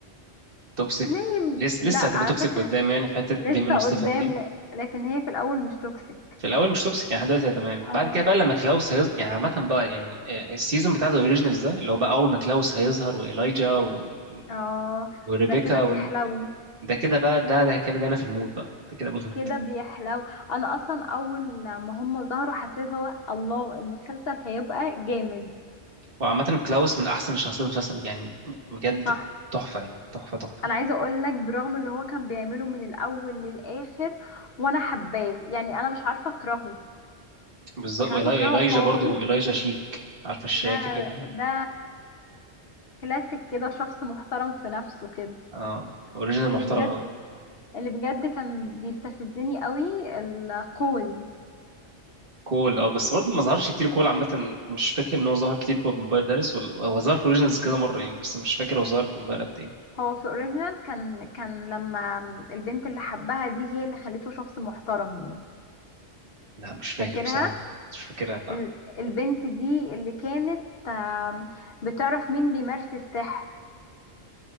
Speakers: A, on the right (about 55°); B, on the left (about 60°).
A: توكسيك
B: ليه م-
A: لسه
B: لا
A: لسه هتبقى
B: على
A: توكسيك
B: فكره
A: قدام يعني في حته
B: لسه
A: ديمون وستيفن
B: قدام
A: دي
B: ل... لكن هي في الاول مش توكسيك
A: في الاول مش توكسيك يعني لحد دلوقتي هي تمام
B: اه
A: بعد كده بقى لما كلاوس هيظهر يعني عامه بقى يعني آه، السيزون بتاع ذا اوريجينالز ده اللي هو بقى اول ما كلاوس هيظهر وايلايجا و...
B: اه
A: وريبيكا
B: ده كده بيحلو
A: ون... ده كده بقى ده ده كده بدأنا في المود بقى ده كده مود
B: كده بيحلو انا اصلا اول ما هم ظهروا حسيت هو الله المسلسل هيبقى جامد
A: <laughs> وعامه كلاوس من احسن الشخصيات المسلسل يعني م- بجد
B: صح
A: تحفه يعني تحفه تحفه
B: انا عايزه اقول لك برغم اللي هو كان بيعمله من الاول للاخر وانا حباه يعني انا مش عارفه اكرهه
A: بالظبط
B: مش
A: وايلايجا
B: عارفة اكرهه خالص
A: برضو ايلايجا شيك عارفه الشياكه
B: ده
A: كده
B: ده كلاسيك كده شخص محترم في نفسه كده
A: اه اوريجينال
B: اللي
A: محترم
B: بجد
A: قوي
B: اللي بجد كان بيستفزني قوي الكول
A: كول اه بس برضه ما ظهرش كتير كول عامة مش فاكر ان هو ظهر كتير في فامباير دارس ولا هو ظهر في اوريجينالز كذا مرة يعني بس مش فاكر هو ظهر في فامباير قد ايه
B: هو في اوريجينال كان كان لما البنت اللي حبها دي هي اللي خليته شخص محترم يعني
A: لا مش فاكر
B: فاكرها
A: بصراحة مش فاكرها لا
B: ال- البنت دي اللي كانت آم، بتعرف مين بيمارس السحر